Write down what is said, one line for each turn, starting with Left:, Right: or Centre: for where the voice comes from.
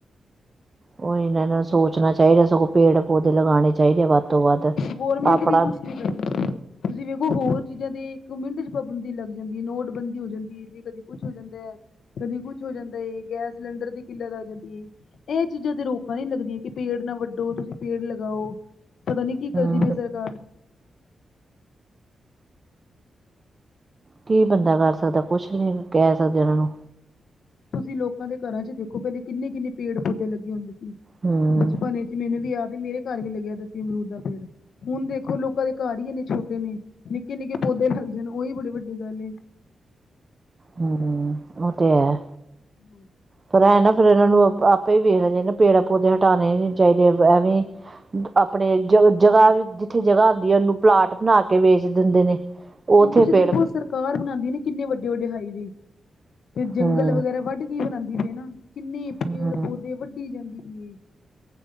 Right: ਉਹੀ ਨਾ ਇਨਾਂ ਨੂੰ ਸੋਚਣਾ ਚਾਹੀਦਾ ਸਗੋਂ ਪੇੜ ਪੌਦੇ ਲਗਾਉਣੇ ਚਾਹੀਦੇ ਆ ਵੱਧ ਤੋਂ ਵੱਧ
Left: ਗੌਰਮੈਂਟ
Right: ਆਪਣਾ
Left: ਵੀ ਕੁਛ ਨੀ ਕਰਦੀ। ਤੁਸੀਂ ਵੇਖੋ ਹੋਰ ਚੀਜ਼ਾਂ ਦੇ ਇੱਕ ਮਿੰਟ ਚ ਪਾਬੰਦੀ ਲੱਗ ਜਾਂਦੀ ਹੈ ਨੋਟਬੰਦੀ ਹੋ ਜਾਂਦੀ ਹੈ। ਜੀ ਕਦੀ ਕੁੱਛ ਹੋ ਜਾਂਦਾ ਏ ਕਦੀ ਕੁੱਛ ਹੋ ਜਾਂਦਾ ਗੈਸ ਸਿਲੰਡਰ ਦੀ ਕਿੱਲਤ ਆ ਜਾਂਦੀ ਏ। ਇਹ ਚੀਜ਼ਾਂ ਤੇ ਰੋਕਾਂ ਨੀ ਲੱਗਦੀਆਂ ਕਿ ਪੇੜ ਨਾ ਵੱਢੋ ਤੁਸੀਂ ਪੇੜ ਲਗਾਓ। ਪਤਾ ਨੀ ਕੀ ਕਰਦੀ
Right: ਹਮ
Left: ਪਈ ਸਰਕਾਰ।
Right: ਕੀ ਬੰਦਾ ਕਰ ਸਕਦਾ ਕੁਛ ਵੀ ਨੀਂ ਕਹਿ ਸਕਦੇ ਉਹਨਾਂ ਨੂੰ
Left: ਤੁਸੀਂ ਲੋਕਾਂ ਦੇ ਘਰਾਂ ਚ ਦੇਖੋ ਪਹਿਲੇ ਕਿੰਨੇ ਕਿੰਨੇ ਪੇੜ ਪੌਦੇ ਲੱਗੇ ਹੁੰਦੇ ਸੀ।
Right: ਹਮ
Left: ਬਚਪਨ ਵਿੱਚ ਮੈਨੂੰ ਵੀ ਯਾਦ ਮੇਰੇ ਘਰ ਵੀ ਲੱਗਿਆ ਹੁੰਦਾ ਸੀ ਅਮਰੂਦ ਦਾ ਪੇੜ। ਹੁਣ ਦੇਖੋ ਲੋਕਾਂ ਦੇ ਘਰ ਈ ਇੰਨੇ ਛੋਟੇ ਨੇ ਨਿੱਕੇ ਨਿੱਕੇ ਪੌਦੇ ਲੱਗ ਜਾਣ ਉਹੀ ਬੜੇ ਵੱਡੀ ਗੱਲ ਏ।
Right: ਹੂੰ ਉਹ ਤੇ ਐ।
Left: ਹੂੰ
Right: ਪਰ ਇਹ ਨਾ ਫੇਰ ਇਹਨਾਂ ਨੂੰ ਆਪੇ ਵੀ ਵੇਖਣਾ ਚਾਹੀਦਾ ਪੇੜਾ ਪੌਦੇ ਹਟਾਣੇ ਨੀ ਚਾਹੀਦੇ ਐਵੇਂ। ਆਪਣੇ ਜ ਜਗ੍ਹਾ ਜਿੱਥੇ ਜਗ੍ਹਾ ਹੁੰਦੀ ਏ ਉਹਨੂੰ ਪਲਾਂਟ ਬਣਾ ਕੇ ਵੇਚ ਦਿੰਦੇ ਨੇ। ਉੱਥੇ
Left: ਹੁਣ ਤੁਸੀਂ ਦੇਖੋ
Right: ਪੇੜ
Left: ਸਰਕਾਰ ਬਣਾਦੀ ਨੇ ਕਿੰਨੇ ਵੱਡੇ ਵੱਡੇ ਹਾਈਵੇ ਤੇ ਜੰਗਲ
Right: ਹਮ
Left: ਵਗੈਰਾ ਵੱਢ। ਕੀ ਬਣਾਂਦੀ ਪਈ ਨਾ ਕਿੰਨੇ ਪੇੜ
Right: ਹਮ
Left: ਪੌਦੇ ਵੱਢੀ ਜਾਂਦੀ ਪਈਏ।